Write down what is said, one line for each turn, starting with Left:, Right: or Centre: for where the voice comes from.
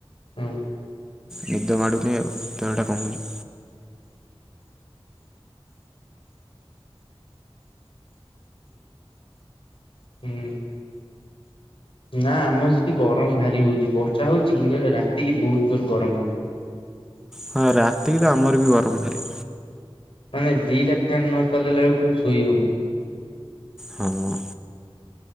Left: ହୁଁ।
Centre: ନିଦ ମାଡ଼ୁନି ଆଉ ଦିନଟା କମୁଛି।
Left: ହୁଁ। ନା ଆମ ସେଠି ଗରମ ଭାରି ହଉଛି ବର୍ଷା ହଉଛି କିନ୍ତୁ ହେଲେ ରାତିକି ବହୁତ ଜୋରରେ ଗରମ ହଉଛି।
Centre: ହଁ ରାତିକି ତ ଆମର ବି ଗରମ ଭାରି।
Left: ମାନେ ଦିଟା ଫ୍ୟାନ ନଚଲେଇଲା ବେଳକୁ ଶୋଇ ହଉନି।
Centre: ହଁ।